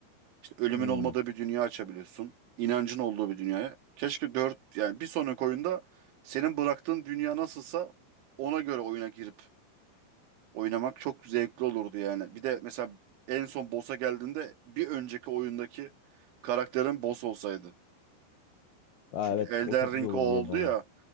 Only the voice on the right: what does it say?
İşte ölümün
olmadığı bir dünya açabiliyorsun. İnancın olduğu bir dünyaya. Keşke dört yani bir sonraki oyunda senin bıraktığın dünya nasılsa ona göre oyuna girip Oynamak çok zevkli olurdu yani. Bir de mesela en son boss'a geldiğinde bir önceki oyundaki karakterin boss olsaydı.
Çünkü
Elden
Ring
o oldu
ya.